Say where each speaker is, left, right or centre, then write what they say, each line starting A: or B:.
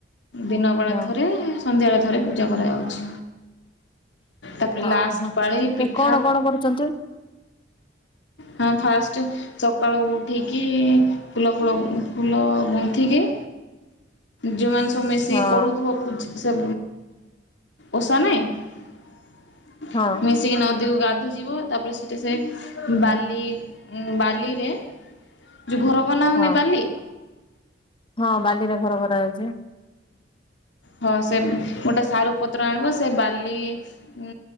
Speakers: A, on the left; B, on the left.
A: ଦିନବେଳା
B: ହଁ
A: ଥରେ ସନ୍ଧ୍ୟାବେଳେ ଥରେ ପୂଜା କରାଯାଉଛି। ତାପରେ
B: ଓହୋ।
A: ଲାଷ୍ଟ ପାଳି
B: ସେ
A: ପିଠା
B: କଣ କଣ କରୁଛନ୍ତି।
A: ହଁ ଫାଷ୍ଟ ସକାଳୁ ଉଠିକି ଫୁଲ ଫୁଳ, ଫୁଲ ଗୁନ୍ଥିକି ଯେଉଁମାନେ ସବୁ ମିଶିକି
B: ହଁ
A: କରୁଥିବ, ସେ ଓଷା ନାହିଁ
B: ହଁ
A: <inaudible> ସେ ନଦୀକୁ ଗାଧୋଇ ଯିବ, ତାପରେ ସେଟା ସେ ବାଲି, ବାଲିରେ ଯୋଉ ଘର ବନାଉନି
B: ହଁ
A: ବାଲି।
B: ହଁ, ବାଲିରେ ଘର କରାଯାଉଛି।
A: ହଁ, ସେ ଗୋଟେ ସାରୁ ପତ୍ର ଆଣିବ ସେ ବାଲି ଉଁ